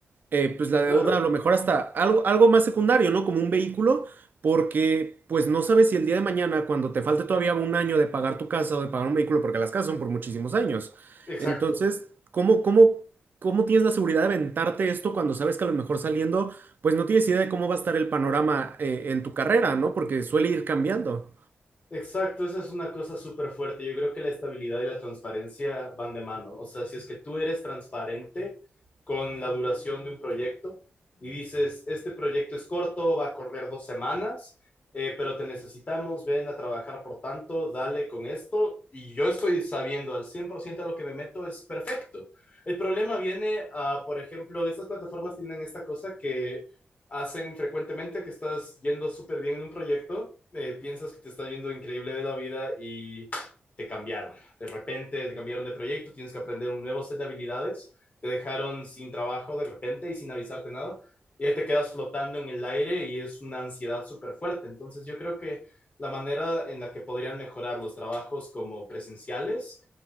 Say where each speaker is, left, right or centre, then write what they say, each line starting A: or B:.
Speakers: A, on the right (about 55°); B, on the left (about 40°).
A: eh, pues la deuda
B: claro,
A: a lo mejor hasta algo, algo más secundario, ¿no? Como un vehículo, porque pues no sabes si el día de mañana, cuando te falte todavía un año de pagar tu casa o de pagar un vehículo, porque las casas son por muchísimos años.
B: exacto.
A: Entonces, ¿cómo, cómo, cómo tienes la seguridad de aventarte esto cuando sabes que a lo mejor saliendo, pues no tienes idea de cómo va a estar el panorama, eh, en tu carrera, ¿no? Porque suele ir cambiando.
B: Exacto, esa es una cosa súper fuerte. Yo creo que la estabilidad y la transparencia van de mano. O sea, si es que tú eres transparente con la duración de un proyecto y dices, este proyecto es corto, va a correr dos semanas, eh, pero te necesitamos, ven a trabajar por tanto, dale con esto y yo estoy sabiendo al 100% a lo que me meto es perfecto. El problema viene a, por ejemplo, estas plataformas tienen esta cosa que hacen frecuentemente que estás yendo súper bien en un proyecto, eh, piensas que te está yendo increíble de la vida y te cambiaron. De repente te cambiaron de proyecto, tienes que aprender un nuevo set de habilidades, te dejaron sin trabajo de repente y sin avisarte nada, y ahí te quedas flotando en el aire y es una ansiedad súper fuerte. Entonces yo creo que la manera en la que podrían mejorar los trabajos como presenciales,